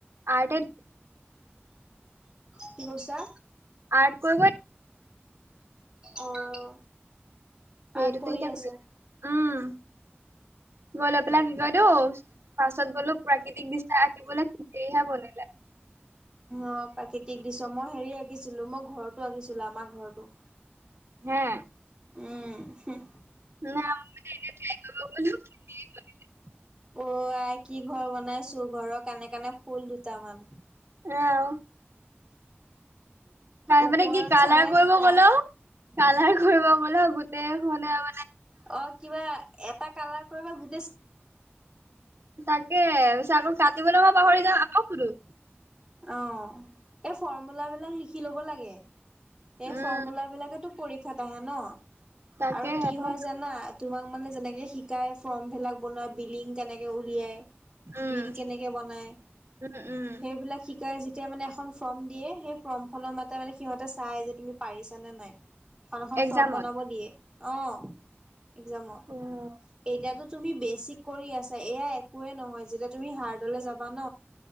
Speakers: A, on the right; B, on the right.
A: আৰ্টে।
B: কি কৈছা?
A: আৰ্ট কৰিব
B: অ'
A: সেইটোতে
B: আৰ্ট কৰি
A: এতিয়া
B: আছা?
A: উম। গৈ লৈ পেলাই কি কয় দৌ পাছত গ'লো প্ৰাকৃতিক দৃশ্য আঁকিবলৈ হেৰিহে বনিলে। <inaudible>
B: অ' প্ৰাকৃতিক দৃশ্য, মই হেৰি আঁকিছিলো মই ঘৰটো আঁকিছিলো আমাৰ ঘৰতো।
A: হে।
B: উম, হুহ।
A: না এনেই ট্ৰাই কৰিব গলো হেনেই মানে।
B: অ' আই কি ঘৰ বনাইছো ঘৰৰ কানে কানে ফুল দুটামান
A: আ।
B: ওপৰত
A: মানে কি কালাৰ
B: চৰাই
A: কৰিব
B: দুটা।
A: গ'লেও কালাৰ কৰিব গলো গোটেই হনেপ
B: অ' কিবা এটা কালাৰ কৰিবা গ
A: তাকেই পিছে আকৌ কাটিবলৈ মই পাহৰি যাম আকৌ সুধো।
B: অ' এই ফৰ্মুলাবিলাক লিখি ল'ব লাগে এই
A: উম
B: ফৰ্মুলাবিলাকেতো পৰীক্ষাত আহে ন
A: তাকেহে
B: আৰু কি হয়
A: মোক
B: জানা তোমাক মানে যেনেকে শিকো শিকাই ফৰ্মবিলাক বনোৱাই বিলিং কেনেকে উলিয়াই।
A: উম
B: বিল কেনেকে বনাই
A: উম, উম।
B: সেইবিলাক শিক যেতিয়া মানে এখন ফৰ্ম দিয়ে সেই ফৰ্ম খনৰ মাতে মানে সিহঁতে চাই যে তুমি পাৰিছা নে নাই। এখন এখন
A: এক্সামত।
B: ফৰ্ম বনাব দিয়ে। অ' এক্সামত
A: উম,
B: এতিয়াতো তুমি বেছিক কৰি আছা এয়া একোৱে নহয় যেতিয়া তুমি হাৰ্ডলে যাবা ন